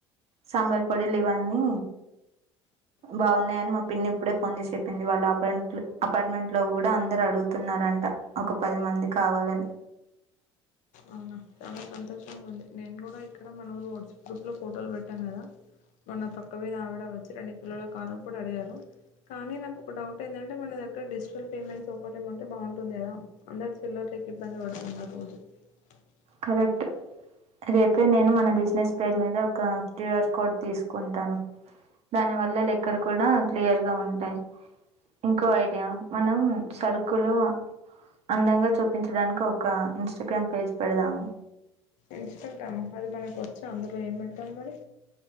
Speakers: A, on the right; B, on the left.
A: సాంబార్ పొడి ఏ లేెవాని బాగున్నాయండి మా పిన్ని ఇప్పుడే ఫోన్ చేసి చెప్పింది వాళ్ళ అపార్ట్మెంట్ లో కూడ అందరు అడుగుతున్నారంట ఒక పది మంది కావాలని
B: అవునా చాలా సంతోషంగా ఉంది నేను కూడా ఇక్కడ మన ఊరు వాట్సాప్ గ్రూప్లో ఫోటోలు పెట్టాను కదా మొన్న పక్క వీధి ఆవిడ వచ్చి రెండు కిల్లో కారం కూడా అడిగారు కానీ నాకు ఒక డౌట్ ఏంటంటే మన దగ్గర డిజిటల్ పేమెంట్ సౌకర్యమ అంటే బాగుంటుంది కదా అందరు చిల్లర లేక ఇబ్బంది పడుతున్నారు రోజు <inaudible>
A: కరెక్ట్ రేపే నేను మన బిజినెస్ పేరు మీద ఒక క్యూఆర్ కోడ్ తీసుకుంటాను దాని వల్ల లెక్కలు కూడా క్లియర్ గా ఉంటాయి ఇంకో ఐడియా మనం సరుకులు అందంగా చూపించడానికి ఒక ఇన్స్టాగ్రామ్ పేజ్ పెడదాము
B: ఇన్స్టాగ్రమ్ ఆ అది మనకోచ్ అందులో ఎం పెట్టాలి మరి